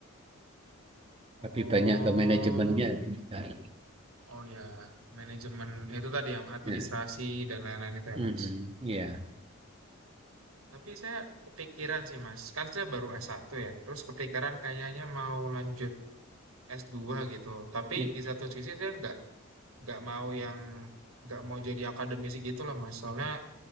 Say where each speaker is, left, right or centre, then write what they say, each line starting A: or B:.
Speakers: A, on the right (about 85°); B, on the right (about 25°).
A: Oh,
B: tapi banyak ke manajemennya gitu kan.
A: oh ya, manajemen itu tadi yang administrasi
B: Eh,
A: dan lain-lain itu ya,
B: mm-mm,
A: Mas.
B: iya.
A: Tapi saya kepikiran sih, Mas. Kan saya baru s satu ya. Terus kepikiran kayaknya mau lanjut s dua gitu. Tapi
B: Mm,
A: di satu sisi saya nggak nggak mau yang nggak mau jadi akademisi gitu lah Mas. Soalnya